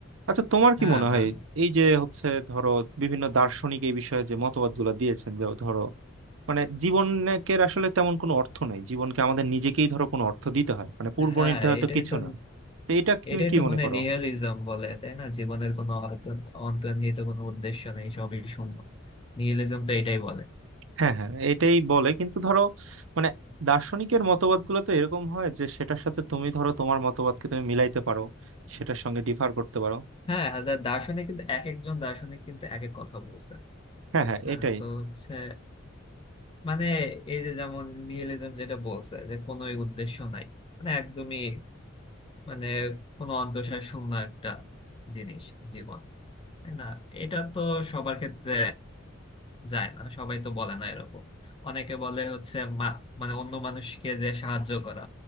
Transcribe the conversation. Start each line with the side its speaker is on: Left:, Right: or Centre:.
Right: আচ্ছা তোমার কি
Left: হ্যাঁ
Right: মনে হয়
Left: মান
Right: এই যে হচ্ছে ধরো বিভিন্ন দার্শনিক এই বিষয়ে যে মতবাদগুলো দিয়েছেন যে ধরো মানে জীবনকে আসলে তেমন কোনো অর্থ নাই জীবনকে আমাদের নিজেকেই ধরো কোনো অর্থ দিতে হয় মানে পূর্ব
Left: হ্যাঁ
Right: নির্ধারিত
Left: এটাই
Right: কিছু
Left: তো
Right: না তো এটা তুমি
Left: এটাই
Right: কি
Left: তো
Right: মনে
Left: মানে
Right: করো
Left: নিহিলিজম বলে তাই না জীবনের কোনো অন্ত- অন্তর্নিহিত কোনো উদ্দেশ্য নেই সবই শূন্য নিহিলিজম তো এটাই বলে
Right: হ্যাঁ হ্যাঁ এটাই বলে কিন্তু ধরো মানে দার্শনিকের মতবাদগুলো তো এরকম হয় যে সেটার সাথে তুমি ধরো তোমার মতবাদকে তুমি মিলাইতে পারো সেটার সঙ্গে ডিফার করতে পারো
Left: হ্যাঁ আর দার্শনিক কিন্তু এক একজন দার্শনিক কিন্তু এক এক কথা বলছে
Right: হ্যাঁ হ্যাঁ
Left: হ্যাঁ
Right: এটাই
Left: তো হচ্ছে মানে এই যে যেমন নিহিলিজম যেটা বলছে যে কোনো উদ্দেশ্য নাই মানে একদমই মানে কোনো অন্তঃসার শূন্য একটা জিনিস জীবন তাই না এটা তো সবার ক্ষেত্রে যায় না সবাই তো বলে না এরকম অনেকে বলে হচ্ছে মা- মানে অন্য মানুষকে যে সাহায্য করা